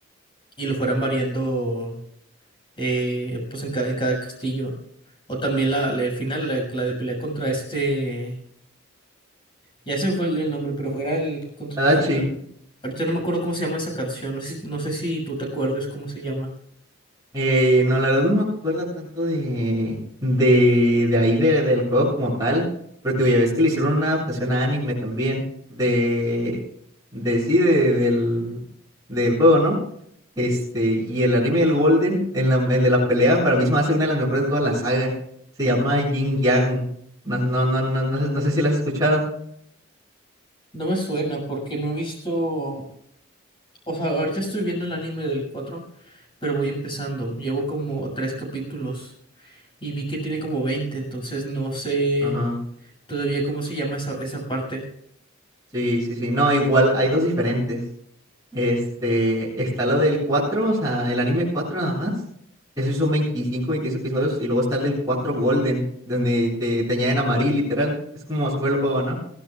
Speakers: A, on the left; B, on the right.
A: y lo fueran variando, eh, pues en cada, en cada castillo. O también la, la- el final, la, la de pelea contra este, ya se me fue el, el nombre, pero era el contra
B: Tadachi.
A: el final. Ahorita no me acuerdo cómo se llama esa canción, no sé, si, no sé si tú te acuerdas cómo se llama.
B: Eh, no, la verdad no me acuerdo tanto de, de, de ahí de- del juego como tal. Pero te digo, ya ves que le hicieron una adaptación a anime también. De, de sí, de, del, del juego, ¿no? Este, y el anime del Golden, en la- el de la pelea, para mí se me hace una de las mejores de toda la saga. Se llama Yin Yang. No, no, no, no, no sé, no sé si la has escuchado.
A: No me suena porque no he visto, o sea, ahorita estoy viendo el anime del 4, pero voy empezando. Llevo como tres capítulos y vi que tiene como 20, entonces no sé
B: Ajá.
A: todavía cómo se llama esa, esa parte.
B: Sí, sí, sí. No, igual hay dos diferentes. Este, está lo del cuatro o sea, el anime 4 nada más. Esos son 25 26 episodios. Y luego está el del cuatro Golden, donde te, te añaden a Marie, literal. Es como si fuera el juego, ¿no?